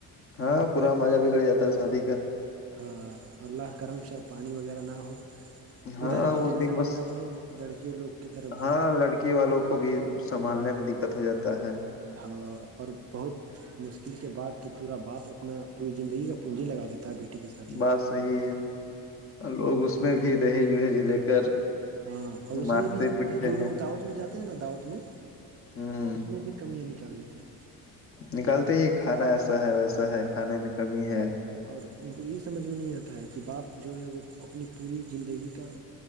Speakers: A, on the left; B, on the right.
A: ہاں پورا مزہ بھی گڑ جاتا ہے شادی کا
B: ہاں اللہ کرم شے پانی وغیرہ نہ ہو
A: ہاں
B: ادھر بھی
A: اس
B: ٹینشن
A: دن بس
B: ہو جاتی ہے لڑکیوں لوگ کی طرف بھی
A: ہاں لڑکی والوں کو کو بھی سنبھالنے میں دقت ہو جاتا ہے
B: ہاں اور بہت مشکل کے بعد تو پورا باپ اپنا پوری زندگی کا پونجی لگا دیتا ہے بیٹی کے ساتھ ہی
A: بات صحیح ہے لوگ اس میں بھی دہیج وہیج لے کر
B: ہاں اور اس
A: مارتے
B: میں بھی
A: پیٹتے
B: جو
A: ہیں
B: لوگ دعوت میں جاتے ہیں نا دعوت میں
A: ہوں
B: اس میں بھی کمیاں نکال لیتے ہیں
A: نکالتے ہی کھانا ایسا ہے ویسا
B: ہاں
A: ہے کھانے میں کمی ہے
B: اور ان کو یہ سمجھ میں نہیں آتا ہے کہ باپ جو ہے وہ اپنی پوری زندگی کا